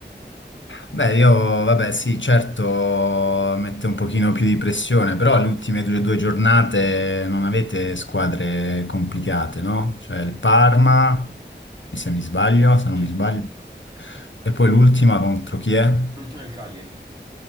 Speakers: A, on the left; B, on the right.
A: Beh, io, vabbè, sì, certo, mette un pochino più di pressione, però le ultime due, due giornate non avete squadre complicate, no? Cioè il Parma, se mi sbaglio, se non
B: Sì.
A: mi sbaglio. E poi l'ultima contro chi è?
B: L'ultima è il Cagliari.